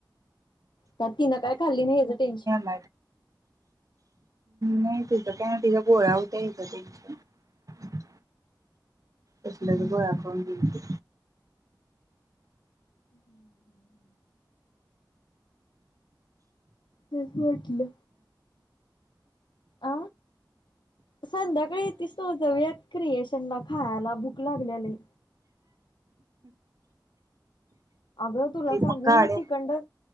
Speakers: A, on the left (about 80°); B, on the right (about 45°).
A: का तिन काय खाल्ली नाही याचं टेन्शन?
B: <unintelligible> हम्म नाही तिच पुन्हा तिझ गोळ आवतच <unintelligible>
A: <inaudible>
B: कसल्या
A: हम्म.
B: बी गोळ्या खाऊन गेलती.
A: हम्म हम्म हम्म त्याच वाटलं अ संध्याकाळी येतीस तेव्हा जाऊयात. क्रिएशन ला खायला भूक लागल्या लय. अग तुला सांगू
B: मग गाड्या
A: तीकडर